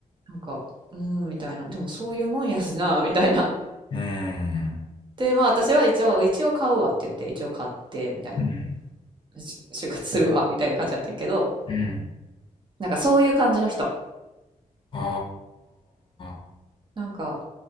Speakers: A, on the right; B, on the left.
A: なんか、うーん、みたいな、でもそういうもんやしな、<laughs> みたいな。
B: うん。
A: で、まあ私は一応、一応買うわって言って、一応買って、みたいな、
B: うん。
A: し就活するわ、みたいな感じだったけど、
B: うん。
A: なんかそういう感じの人。
B: ああ。
A: なんか、